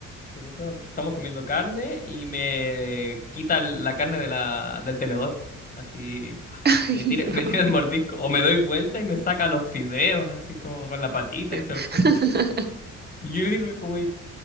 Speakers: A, on the left; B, on the right.
A: eh, ¿Cómo se llama? Estamos comiendo carne y me quita la carne de la, del tenedor. Así, pa,
B: ay,
A: me tira,
B: no.
A: <laughs> me tira el mordisco. O me doy vuelta y me saca los fideos, así como con la patita y se
B: <laughs>
A: los come. Y yo le digo como,